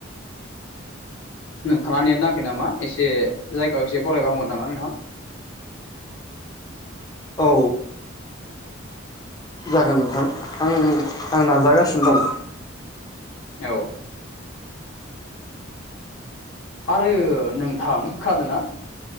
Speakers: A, on the left; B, on the left.
A: नोंथाङा नेट नाङाखै नामा एसे जायगायाव एसे बरायबा हामगोन नामा नोंथां?
B: औ जागोन नोंथां आं आं नाजागासिनो दं।
A: औ आरो नोंथां खोनादोंना?